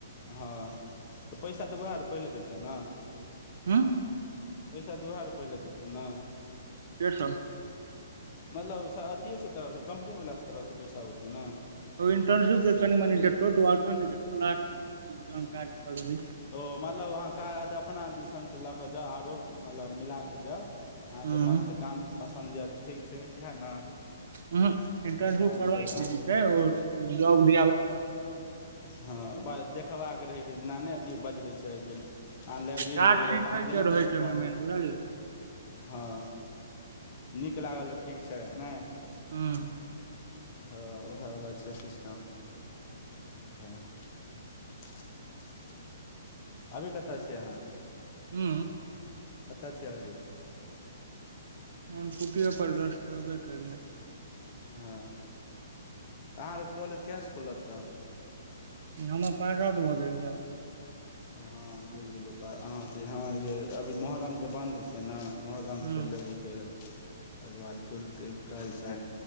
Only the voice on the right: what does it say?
हँ
केसब
इटर्नशिप जे कनि मनि देतो लास्ट में जहन काज क लेबही
हँ
ह इंटर्नशप
करा
छै जॉब दियाब
काज
सीखै
रहै छै
मेन बुझलियै
हूँ
हू
नान पुतियपरद अभी जस्ट एबे केलिए
हम पास आउट भऽ गेलय अब
हूँ